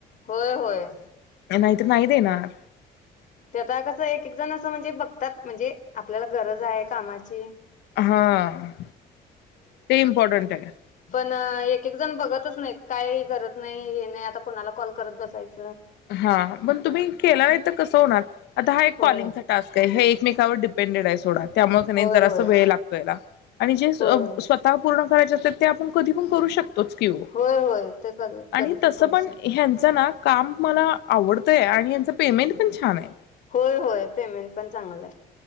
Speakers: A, on the left; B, on the left.
A: होय होय
B: काय माहित. नाही देणार.
A: ते आता कसं एक एक जण असं म्हणजे बघतात म्हणजे आपल्याला गरज आहे कामाची.
B: हां ते इम्पॉर्टंट आहे.
A: हा एक एक जण बघतच नाहीत. काही गरज नाही हे नाही आता कोणाला कॉल करत बसायच?
B: हां मंग तुम्ही केला नाही तर कसं होणार. आता हा एक
A: होय
B: कॉलिंगचा टास्क आहे हे एकमेंकावर डिपेंडेड आहे सोडा त्यामुळे कनी
A: होय
B: जरासा
A: होय
B: वेळ लागतो याला. आणि जे
A: होय
B: अ स्वतः पूर्ण करायचे असत्यात ते आपण कधी पण करू शक तोच कि ओ
A: होय होय ते कधी
B: आणि
A: कधी
B: तस
A: करू
B: पण
A: शकते
B: ह्यांच ना काम आवडतंय आणि यांच पेमेंट पण छान आहे
A: होय होय पेमेंट पण चांगलाय